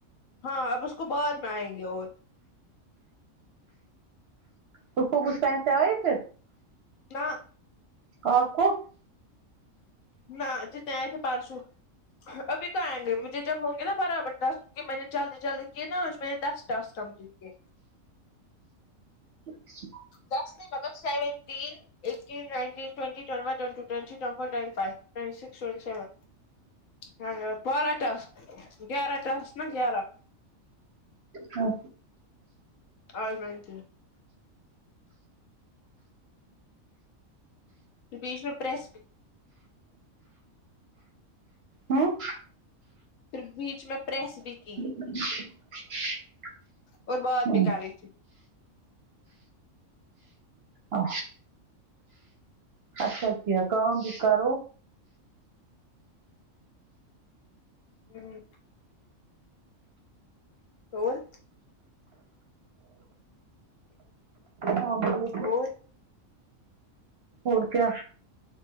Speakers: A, on the left (about 70°); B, on the right (about 55°).
A: ہاں اب اس کو بعد میں آئیں گے اور
B: اسکو کچھ پیسے آئے تھ
A: نہ
B: آپ کو
A: نہ جتنے آئے تھے پارسو ابھی تو آئیں گے مجھے جب ہوں گے نا برابر دس کیونکی میں نے جلدی جلدی کیے نہ آج میں نے دس ٹاسک کمپلیٹ کیے
B: <unintelligible>
A: دس نہیں مطلب seventeen eighteen nineteen twenty twenty one twenty two twenty three twenty four twenty five twenty six twenty seven ہاں ہاں بارہ ٹاسک گیارہ ٹاسک نا گیارہ
B: ہاں
A: اور <unintelligible> بیچ میں پریس بھی
B: ہوں
A: پھر بیچ میں پریس بھی کی
B: <inaudible>
A: اور بات
B: ہوں
A: بھی کر رہی تھی
B: ا اچھا کیا کام بھی کرو
A: ہمم اور
B: ہاں بولو
A: اور
B: اور کیا